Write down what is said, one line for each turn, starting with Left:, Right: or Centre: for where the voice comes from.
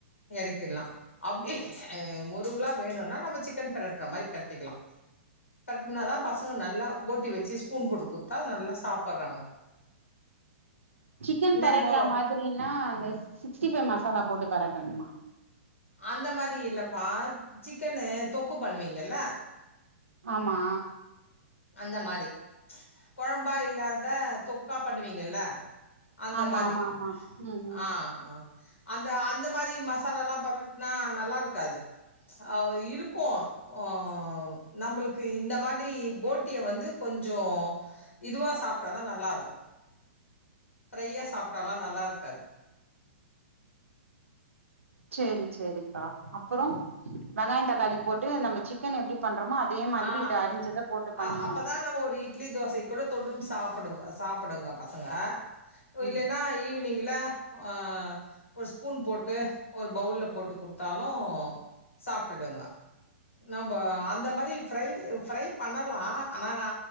Left: வதக்கிட்லா அப்டி அ முறுகலா வேணுனா நம்ம சிக்கன் பெரட்ற மாரி பெரட்டிக்கலா பெரட்னா தா பசங்க நல்லா போட்டி வெச்சு ஸ்பூன் போட்டு குடுத்தா நல்லா சாப்பிட்றாங்கோ
Right: சிக்கன்
Left: நம்போ
Right: பெரட்ற மாதிரினா இந்த சிக்ஸ்டி ஃபைவ் மசாலா போட்டு பெரட்டணுமா
Left: அந்த மாரி இல்லப்பா சிக்கன்னு தொக்கு பண்ணுவீங்கல்ல
Right: ஆமா
Left: அந்த மாரி கொழம்பா இல்லாத தொக்கா பண்ணுவீங்கல்ல அந்த
Right: ஆமா
Left: மாரி
Right: ஆமா ஆமா ம் ம்
Left: ஆ ஆ அந்த அந்த மாதிரி மசாலாலா பெரட்னா நல்லா இருக்காது ஆ இருக்கு ஓ நம்பளுக்கு இந்த மாதிரி போட் வந்து கொஞ்சோ இதுவா சாப்ட்டாதா நல்லா இருக்கு ஃப்ரையா சாப்ட்டாலா நல்லா இருக்காது
Right: சேரி சேரிப்பா அப்பறோ வெங்காய தக்காளி போட்டு நம்ம சிக்கன எப்டி பண்றோமோ அத் தே மாதிரி
Left: ஆ.
Right: இத அரிஞ்சத போட்டு பண்ணிட்ணு
Left: அ அப்பதா நம்ம ஒரு இட்லி தோசைக் கூட தொட்டுன் சாப்புடுவோ சாப்புடுங்க பசங்க இல்லேனா
Right: ம்
Left: ஈவினிங்கில் இல்ல ஆ ஒரு ஸ்பூன் போட்டு ஒரு பவுல்ல போட்டு குடுத்தாலு சாப்ட்டுடுங்க நம்ப அந்த மாதிரி ஃப்ரை ஃப்ரை பண்ணலா ஆனா நா